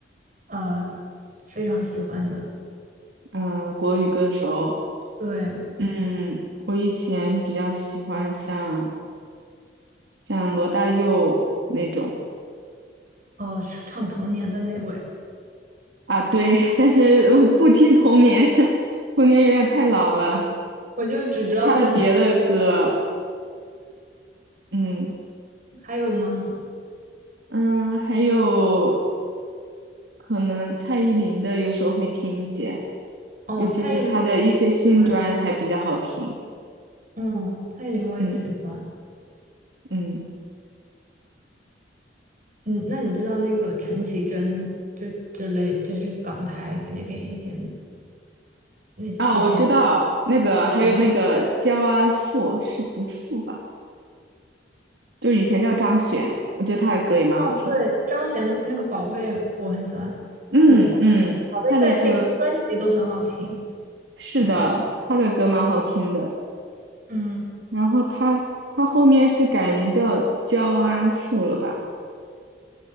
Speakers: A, on the right; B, on the right.
A: 呃非常喜欢的？
B: 嗯，国语歌手，
A: 对，
B: 嗯，我以前比较喜欢像像罗大佑那种
A: 哦，唱唱童年的那位，
B: 啊，对，<laughs> 但是我不听童年，<laughs> 童年有点太老了。
A: 我就只知道他，
B: 就他的别的歌，
A: <laughs>
B: 嗯
A: 还有吗？
B: 嗯，还有可能蔡依林的有时候会听一些，
A: 哦，
B: 尤其是他的一些新专还比较好听。
A: 蔡依林我也喜欢，嗯，蔡依林我也喜欢。
B: 嗯嗯，
A: 嗯，那你知道那个陈绮贞这这类，就是港台那边一点那这些，
B: 哦，我知道那个，还有那个焦安富是读富吧？
A: 嗯，
B: 就是以前叫张悬，我觉得他的歌也蛮好听的。
A: 哦，对，张悬的那个《宝贝》我很喜欢，
B: 嗯嗯，
A: 就宝《宝贝》在那张专辑都很好听。
B: 他的歌是的，
A: 嗯
B: 他的歌蛮好听的。
A: 嗯
B: 然后他他后面是改名叫焦安馥了吧？